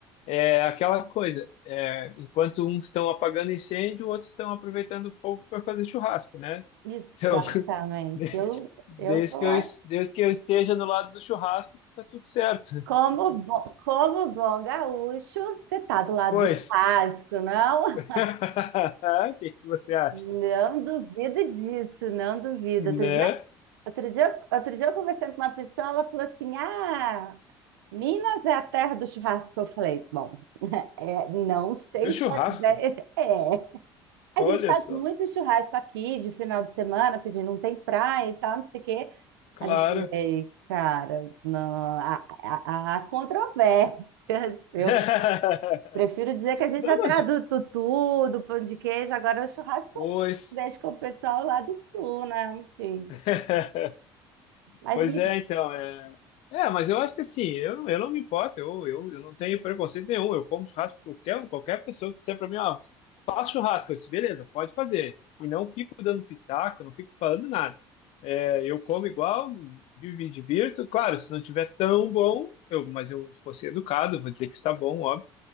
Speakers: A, on the left; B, on the right.
A: É aquela coisa, é, enquanto uns estão apagando incêndio, outros estão aproveitando o fogo para fazer churrasco, né?
B: Exatamente.
A: Então, <laughs> de-
B: Eu,
A: desde
B: eu tô
A: que
B: lá.
A: eu, es- desde que eu esteja no lado do churrasco, tá tudo certo.
B: Como bom, como bom gaúcho, você tá do lado
A: Pois,
B: dos churrasco, não?
A: <laughs> o que que você acha?
B: Não duvido disso, não duvido.
A: Né?
B: Outro dia, outro dia, outro dia eu conversei com uma pessoa, ela falou assim: Ah, Minas é a terra do churrasco. Eu falei: Bom, é, não sei
A: Do churrasco?
B: se é, bem- <laughs> é.
A: Olha
B: A gente faz
A: só,
B: muito churrasco aqui de final de semana, porque a gente não tem praia e tal, não sei o quê.
A: claro.
B: Mas eu falei, cara, não, há, há, há controvérsia. Eu
A: <laughs>
B: prefiro dizer que a gente
A: Não,
B: atrás
A: mas,
B: do tutu, do pão de queijo, agora é o churrasco
A: pois.
B: deixa com o pessoal lá do sul, né? Enfim.
A: <laughs>
B: Mas
A: Pois
B: me-
A: é, então, é... É, mas eu acho que assim, eu, não- eu não me importo, eu, eu, eu não tenho preconceito nenhum, eu como churrasco com qualquer, um, qualquer pessoa que disser pra mim, ó, faço churrasco, eu disse, beleza, pode fazer. E não fico dando pitaco, não fico falando nada. É, eu como igual, me me divirto, claro, se não tiver tão bom, eu, mas eu vou ser educado, vou dizer que está bom, óbvio,